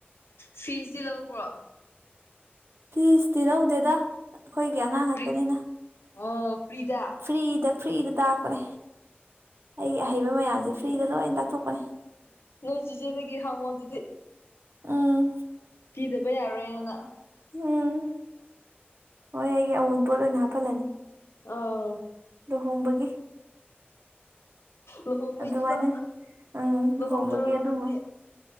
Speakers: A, on the left; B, on the right.
A: ꯐꯤꯁꯇꯤ ꯂꯧꯕ꯭ꯔꯣ꯫
B: ꯐꯤꯁꯇꯤ ꯂꯧꯗꯦꯗ ꯑꯩꯈꯣꯏꯒꯤ ꯑꯉꯥꯡ ꯉꯥꯛꯇꯅꯤꯅ꯫
A: ꯐ꯭ꯔꯤ ꯑꯣ ꯐ꯭ꯔꯤꯗꯥ
B: ꯐ꯭ꯔꯤꯗ ꯐ꯭ꯔꯤꯗ ꯇꯥꯛꯄꯅꯦ ꯑꯩꯒꯤ ꯑꯍꯩꯕ ꯃꯌꯥꯝꯁꯦ ꯐ꯭ꯔꯤꯗ
A: ꯎꯝ
B: ꯂꯣꯏꯅ ꯇꯥꯛꯊꯣꯛꯄꯅꯦ
A: ꯅꯣꯏ ꯆꯦꯆꯦꯗꯒꯤ ꯍꯪꯉꯣ ꯑꯗꯨꯗꯤ
B: ꯎꯝ
A: ꯄꯤꯗꯕ ꯌꯥꯔꯣꯏꯅ꯫
B: ꯎꯝ ꯃꯣꯏ ꯑꯩꯒꯤ ꯑꯑꯣꯟ ꯄꯣꯠ ꯑꯣꯏꯅ ꯍꯥꯞꯍꯜꯂꯅꯤ꯫
A: ꯑꯥꯎ
B: ꯂꯨꯍꯣꯡꯕꯒꯤ
A: ꯂꯨꯍꯣꯡꯕꯒꯤꯀꯣ
B: ꯑꯗꯨꯃꯥꯏꯅ ꯑꯪ
A: ꯂꯨꯍꯣꯡꯗꯣꯔꯕꯣ
B: ꯂꯨꯍꯣꯡꯕꯒꯤ ꯑꯗꯨꯝꯕ
A: ꯅꯪꯗꯤ